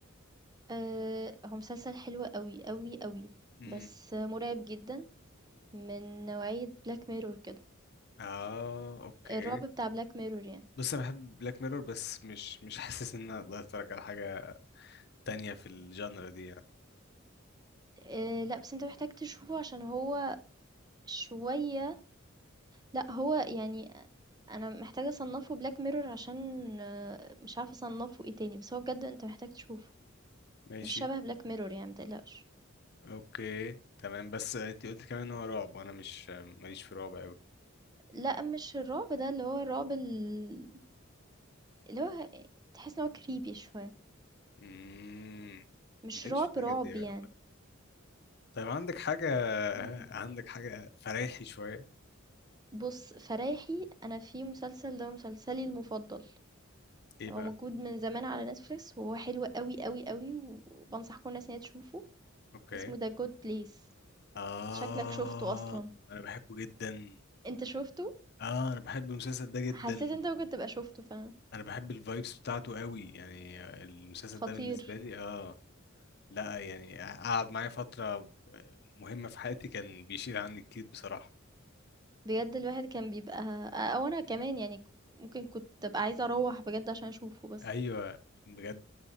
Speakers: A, on the right; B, on the left.
A: أه هو مسلسل حلو قوي قوي قوي
B: امم
A: بس مرعب جدا من نوعية بلاك ميرور كده
B: اه اوكي
A: الرعب بتاع بلاك ميرور يعني
B: بص انا بحب بلاك ميرور بس مش مش <laughs> حاسس ان انا اقدر اتفرج على حاجه تانية في الجانرا دي يعني
A: أه لا بس انت محتاج تشوفه عشان هو شوية لأ هو يعني أ أنا محتاجة أصنّفه Black Mirror عشان آآ مش عارفة أصنّفه إيه تاني، بس هو بجد أنت محتاج تشوفه،
B: ماشي
A: مش شبه Black Mirror يعني ما تقلقش.
B: اوكي تمام بس انت قلت كمان ان هو رعب وانا مش ماليش في رعب قوي
A: لأ مش الرعب ده اللي هو الرعب ال اللي هو ه تحس إن هو creepy شوية،
B: امم
A: مش
B: ماليش
A: رعب،
B: في الحاجات
A: رعب
B: دي أوي
A: يعني.
B: عامة. طيب عندك حاجه
A: إمم.
B: عندك حاجه فريحي شويه
A: بُص فرايحي أنا في مسلسل ده مسلسلي المفضل،
B: ايه
A: هو
B: بقى
A: موجود من زمان على Netflix وهو حلو أوي، أوي، أوي، وبانصح كل الناس إن هي تشوفه،
B: اوكي
A: اسمه The Good Place
B: آه
A: شكلك شُفته أصلًا،
B: أنا بحبه جدا
A: أنت شُفته؟
B: آه أنا بحب المسلسل ده جدا
A: حسيت انت ممكن تبقى شُفته فعلًا،
B: أنا بحب الفايبس بتاعته قوي يعني المسلسل
A: خطير،
B: ده بالنسبة لي آه لا يعني قعد معايا فترة مهمة في حياتي كان بيشيل عني كتير بصراحة
A: بجد الواحد كان بيبقى أو أنا كمان يعني ك ممكن كنت أبقى عايزة أروّح بجد عشان أشوفه بس،
B: أيوة بجد